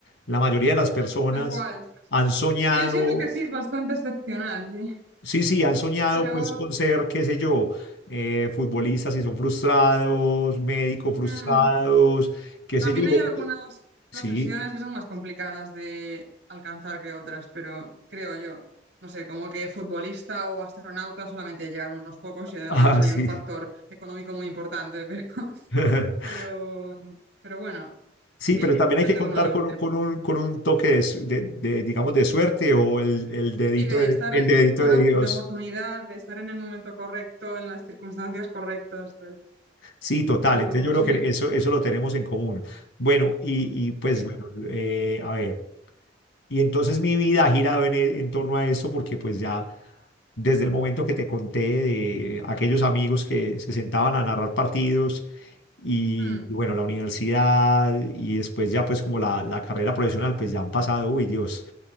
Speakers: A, on the left (about 85°); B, on the right (about 65°).
A: La mayoría de las personas
B: tal cual.
A: han soñado,
B: Sí, yo siento que sí, es bastante excepcional, sí.
A: sí, sí, han soñado
B: Pero
A: pues con ser, qué sé yo, eh, futbolistas y son frustrados, médicos frustrados,
B: mm,
A: qué
B: también
A: sé yo. y le-
B: hay algunas profesiones
A: Sí,
B: que son más complicadas de alcanzar que otras, pero creo yo. No sé, como que futbolista o astronauta solamente llegan unos pocos y además
A: Ah,
B: hay
A: sí.
B: un factor económico muy importante, pero, <laughs>
A: <laughs>
B: pero, pero bueno,
A: Sí,
B: sí,
A: pero también
B: depende
A: hay que contar
B: uno de uno.
A: con, un, con un con un toque de, su- de- de, digamos, de suerte o el, el dedito
B: Y de
A: de,
B: estar,
A: el
B: eh,
A: dedito
B: bueno,
A: de Dios.
B: de oportunidad, de estar en el momento correcto, en las circunstancias correctas, tal.
A: Sí, total.
B: Pero
A: Entonces yo creo
B: sí,
A: que eso, eso lo tenemos en común. Bueno, y, y pues
B: Sí.
A: bueno, eh, a ver. Y entonces mi vida ha girado en, e- en torno a eso porque pues ya desde el momento que te conté de aquellos amigos que se sentaban a narrar partidos y,
B: Mm,
A: y bueno, la universidad y después ya pues como la, la carrera profesional, pues ya han pasado, uy Dios.